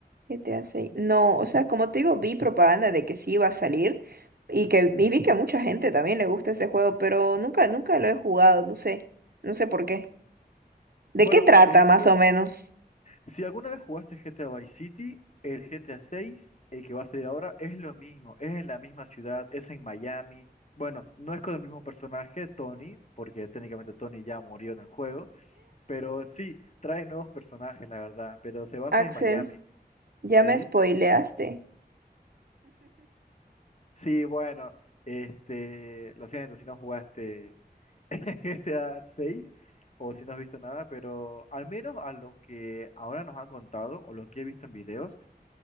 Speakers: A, on the right (about 65°); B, on the left (about 45°).
A: GTA 6. No, o sea, como te digo, vi propaganda de que sí iba a salir y que y vi que a mucha gente también le gusta ese juego, pero nunca, nunca lo he jugado, no sé, no sé por qué. ¿De
B: Bueno,
A: qué trata
B: No. eh,
A: más
B: que s-
A: o menos?
B: si alguna vez jugaste GTA Vice City, el GTA seis, el que va a salir ahora, es lo mismo, es en la misma ciudad, es en Miami. Bueno, no es con el mismo personaje, Tony, porque técnicamente Tony ya murió en el juego, pero sí, trae nuevos personajes, la verdad, pero se basa
A: Axel,
B: en Miami.
A: ya
B: Sí,
A: me spoileaste.
B: sí, bueno, este, lo siento si no jugaste <laughs> GTA 6 o si no has visto nada, pero al menos a lo que ahora nos han contado o lo que he visto en videos,